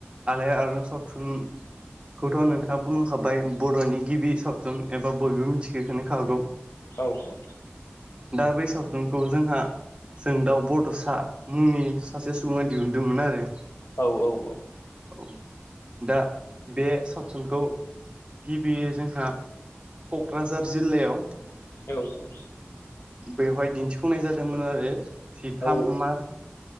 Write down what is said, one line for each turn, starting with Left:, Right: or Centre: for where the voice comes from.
Right: आलायारन सावथुन खौथ' नोंथाङा बुंखाबाय बर'नि गिबि सावथुन एबा बयबो मिथिखखो खागौ।
Left: औ औ।
Right: दा बै सावथुनखौ जोंहा जों दाउ बड'सा मुंनि सासे सुबुङा दिहुनदोंमोन आरो
Left: औ औ औ।
Right: औ। दा बे सावथुनखौ गिबि जोंहा क'क्राझार जिल्लायाव
Left: औ औ।
Right: बेवहाय दिन्थिफुंनाय जादोंमोन आरो जिथाम
Left: औ
Right: मार्च